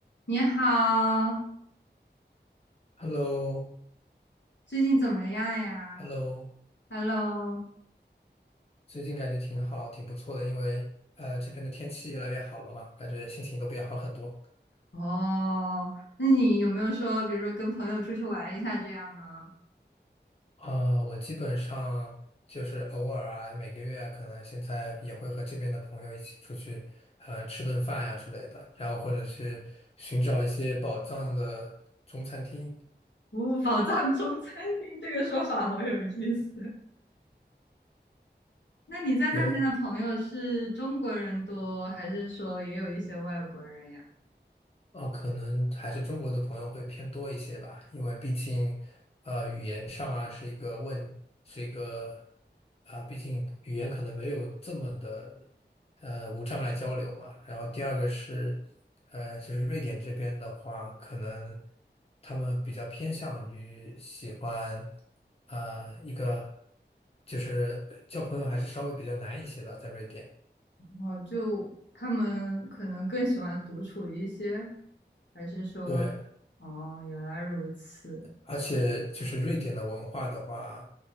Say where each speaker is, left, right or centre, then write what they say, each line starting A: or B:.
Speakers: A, on the left; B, on the left.
A: 你好，
B: h e l l o
A: 最近怎么样呀
B: h e l l o
A: ？Hello，
B: 最近感觉挺好，挺不错的，因为呃这边的天气越来越好了嘛，感觉心情都变好很多。
A: 哦，那你有没有说，比如说跟朋友出去玩一下这样呢？
B: 啊、我基本上就是偶尔啊，每个月啊可能现在也会和这边的朋友一起出去，呃，吃顿饭呀、之类的，然后或者去寻找一些宝藏的中餐厅。
A: 哦，宝藏中餐厅这个说法好有意思。那你在那边的朋友是中国人多，
B: 有
A: 还是说也有一些外国人呀？
B: 哦，可能还是中国的朋友会偏多一些吧，因为毕竟，呃，语言上啊是一个问，是一个啊，毕竟语言可能没有这么的，呃，无障碍交流嘛。然后第二个是，呃，就是瑞典这边的话，可能他们比较偏向于喜欢，啊，一个就是交朋友还是稍微比较难一些的，在瑞典。
A: 哦，就他们可能更喜欢独处一些，还是说，
B: 对。
A: 哦，原来如此
B: 而且就是瑞典的文化的话，